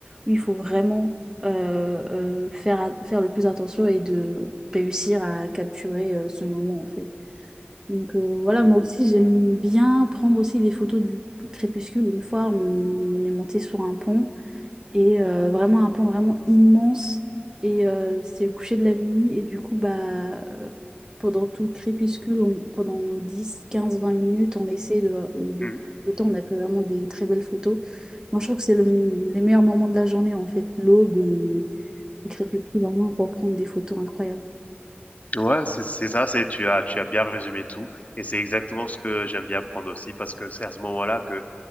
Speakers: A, on the right (about 20°); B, on the left (about 35°).
A: où il faut vraiment euh, euh, faire, a- faire le plus attention et de réussir à capturer euh, ce moment en fait. Donc euh, voilà,
B: mm,
A: moi aussi j'aime bien prendre aussi des photos du crépuscule. Une fois on, on est monté sur un pont et euh, vraiment un pan vraiment immense et euh, c'est le coucher de la nuit et du coup bah euh, pendant tout le crépuscule on- pendant 10 15 20 minutes on essaie de, euh, de
B: mm.
A: prendre des photos on a pris vraiment des très belles photos moi je trouve que c'est le- les meilleurs moments de la journée en fait l'aube et le crépuscule vraiment pour prendre des photos incroyables
B: Ouais, c'est c'est ça, c'est tu as tu as bien résumé tout et c'est exactement ce que j'aime bien prendre aussi parce que c'est à ce moment-là que, heu,